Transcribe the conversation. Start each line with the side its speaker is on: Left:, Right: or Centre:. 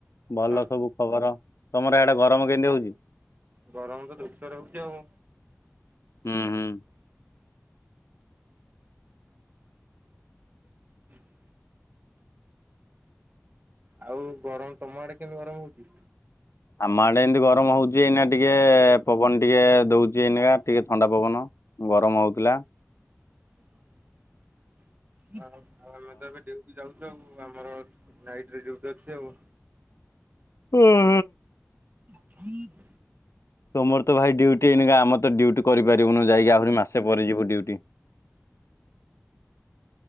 Left: ଭଲ
Right: ହଁ
Left: ସବୁ ଖବର ତମର ହ୍ୟାଡେ ଗରମ କେମିତି ହଉଚି?
Right: ଗରମ ତ ଜୋଷରେ ହଉଚି ଆଉ।
Left: ହୁଁ ହୁଁ
Right: <inaudible> ଆଉ ଗରମ ତମ ଆଡେ କେମିତି ଗରମ ହଉଚି?
Left: ଆମ ଆଡେ ଏନ୍ତି ଗରମ ହଉଚି ଏନା ଟିକେ ପବନ ଟିକେ ଦଉଚି ଏଇ ନାକା ଟିକେ ଥଣ୍ଡା ପବନ। ଗରମ ହଉଥିଲା।
Right: <unintelligible> ହଁ ଆଉ ଆମେ ତ ଏବେ ଡ୍ୟୁଟି ଯାଉଚୁ ଆଉ ଆମର ନାଇଟରେ ଡ୍ୟୁଟି ଅଛି ଆଉ।
Left: ହୁଁ।
Right: ହଁ
Left: ତୁମର ତ ଭାଇ ଡ୍ୟୁଟି ଏଇନିକା ଆମ ତ ଡ୍ୟୁଟି କରିପାରିବୁନୁ ଯାଇକି ଆହୁରି ମାସେ ପରେ ଯିବୁ ଡ୍ୟୁଟି।